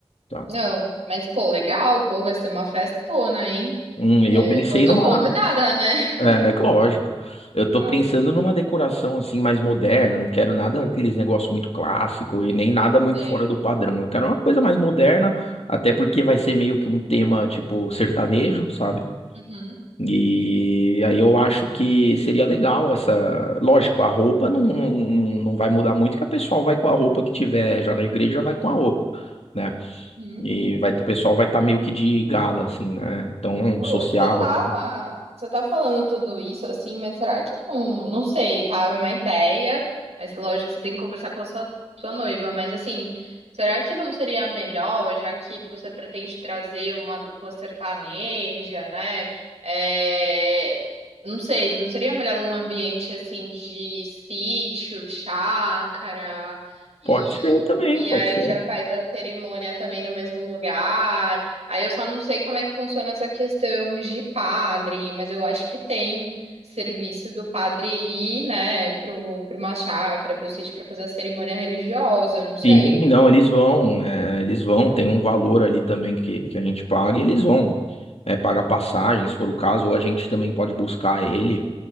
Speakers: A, on the left; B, on the right.
A: tá?
B: não, mas pô, legal, pô, vai ser uma festona, hein?
A: Hum, e
B: É,
A: eu pensei
B: eu tô
A: numa
B: convidada, né? <laughs>
A: É, que lógico. Eu tô
B: Ah,
A: pensando numa decoração assim mais moderna, não quero nada aqueles negócios muito clássico e nem nada muito
B: sei.
A: fora do padrão. Eu quero uma coisa mais moderna, até porque vai ser meio que um tema tipo sertanejo, sabe?
B: Uhum.
A: E aí eu acho que seria legal essa. Lógico, a roupa não, não, não não vai mudar muito, que a pessoa vai com a roupa que tiver já na igreja, já vai com a roupa. né?
B: uhum.
A: E vai, o pessoal vai estar meio que de gala, assim, né? Então,
B: Ô,
A: social
B: Você tá,
A: e tal.
B: você tá falando tudo isso assim, mas será que não, não sei, tá? É uma ideia, mas lógico que você tem que conversar com a sua, sua noiva, mas assim, será que não seria melhor, já que você pretende trazer uma dupla sertaneja, né? É, não sei, não seria melhor um ambiente assim de sítio, chácara e
A: Pode ser também,
B: E
A: pode
B: aí
A: ser.
B: já faz a cerimônia também no mesmo lugar. Aí eu só não sei como é que funciona essa questão de padre, mas eu acho que tem serviço do padre ir, né, pro, pro uma chácara, pro sítio pra fazer a cerimônia religiosa, eu não sei.
A: Sim, não, eles vão, é, eles vão, tem um valor ali também que, que a gente paga e eles vão, é, pagar passagem, se for o caso, ou a gente também pode buscar ele.